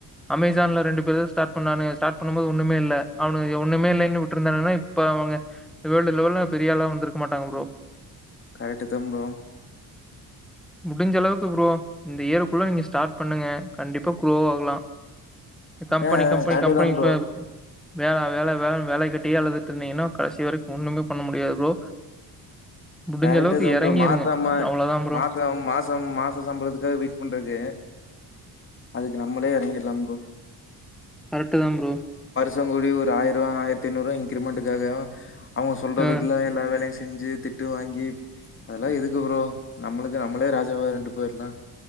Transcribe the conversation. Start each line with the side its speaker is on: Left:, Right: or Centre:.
Centre: அமேசான்ல ரெண்டு பேர்தா ஸ்டார்ட் பண்ணானுங்க ஸார்ட் பண்ணும்போது ஒன்னுமே இல்ல அவனுங்க ஏ ஒன்னுமே இல்லைனு விட்ருந்தானுங்கனா இப்ப அவங்க வேர்ல்டு லெவல்ல பெரிய ஆளா வந்துருக்க மாட்டாங்க ப்ரோ
Left: கரெட்டுத்தா ப்ரோ
Centre: முடிஞ்சளவுக்கு ப்ரோ இந்த இயருக்குள்ள நீங்க ஸ்டார்ட் பண்ணுங்க கண்டிப்பா க்ரோ ஆகலா கம்பெனி
Left: ஆ
Centre: கம்பெனி
Left: கரெக்ட்
Centre: கம்பெனி
Left: தா
Centre: இப்ப
Left: ப்ரோ
Centre: வேலா வேல லா வேலைய கட்டியே அழுதுட்டு இருந்தீங்கனா கடைசி வரைக்கு ஒன்னுமே பண்ண முடியாது ப்ரோ முடிஞ்ச
Left: கரெட்டுதா
Centre: அளவுக்கு இறங்கிருங்க.
Left: ப்ரோ மாசம
Centre: அவ்வளோதான் ப்ரோ.
Left: மாச மாசம் மாச சம்பளதுக்காக வெயிட் பண்றது அதுக்கு நம்மளே எறங்கிற்லா ப்ரோ
Centre: கரெட்டுதா ப்ரோ
Left: சங்குள்ளயு ஒரு ஆயர்வா ஆயர்த்தைந்நூறுவா இன்கிரிமென்ட்க்காக அவ்ங்க சொல்றதுக்குல
Centre: ஆ.
Left: எல்லா வேலயு செ செஞ்சு திட்டு வாங்கி அதெல்லா எதுக்கு ப்ரோ நம்மளுக்கு நம்மளே ராஜவ இருந்ட்டு போயிற்லா